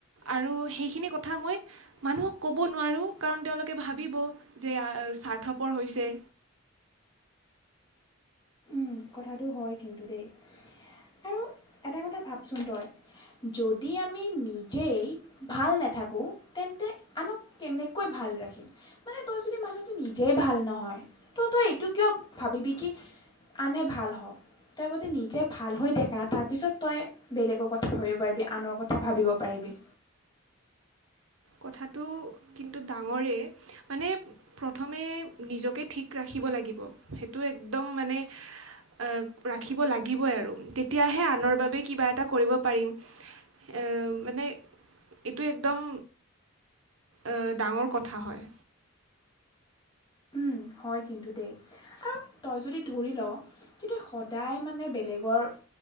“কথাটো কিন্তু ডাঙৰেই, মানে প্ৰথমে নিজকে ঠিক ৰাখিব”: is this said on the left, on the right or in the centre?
Right